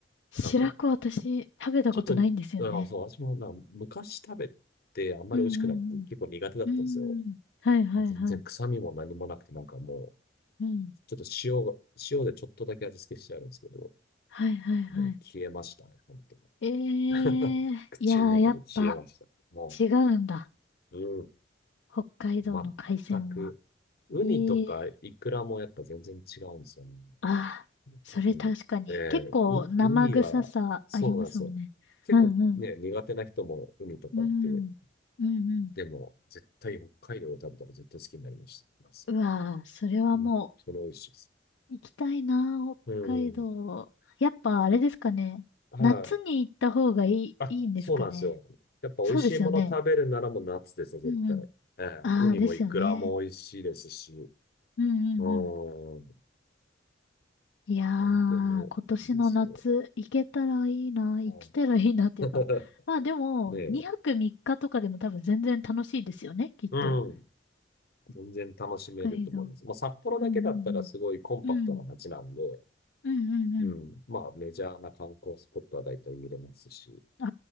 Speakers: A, on the left; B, on the left.
A: 白子私、
B: なんか、
A: 食べたことないんですよね。
B: ちょっと、あ、そう、私もな、昔食べてあんまり美味しくなくて、
A: うんうん
B: 結構苦手だったんですよ。
A: うん。うん。はいはいはい。
B: まあ全然臭みも何もなくて、なんかもう、
A: うん。
B: ちょっと塩が、塩でちょっとだけ味付けしてあるんですけど、
A: はいはいはい。
B: もう消えましたね、本当に。
A: ええいやー、
B: <laughs> 口の中で消えました。
A: やっぱ
B: も
A: 違うんだ。
B: う、うん。
A: 北海道の海鮮は。
B: 全く。ウニとかイクラもやっぱ全然違うんですよね。
A: ええああ、それ確かに。
B: 特に。ええウ、
A: 結構生臭さありますもんね。
B: ウニは、そうなんですよ。結構ね、
A: うんうん。
B: 苦手な人もウニとかいて、
A: うん。うんうん。
B: でも、絶対北海道で食べたら絶対好きになりました。ます
A: うわー、それはも
B: 本当に美味しいです。
A: う行きたいなー、
B: うん。
A: 北海道。やっぱあれですかね。
B: はい。
A: 夏に行った方がいい、
B: あ、
A: いいんですかね。
B: そうなんですよ。やっぱ美味しいもの食べるならもう夏ですよ、
A: そうですよね。
B: 絶対。
A: うんうん。
B: ええウニもイクラも美味しいですし、
A: ああ、ですよね。うんうんうん。
B: うん。
A: いや
B: なんでもいいですよ。
A: ー、今年の夏、行けたらいいな、行きたらいいなっていうか。
B: はい
A: まあでも、
B: <laughs> ねえ、
A: 2泊3日とかでも多分全然楽しいですよね、きっと。
B: うん。全然楽しめると思います。
A: 北海道。
B: まあ、札幌だけだったらすごいコンパクトな街なんで、
A: うんうんうん。うん。うんうんうん。
B: うん。まあ、メジャーな観光スポットは大体見れますし、
A: あ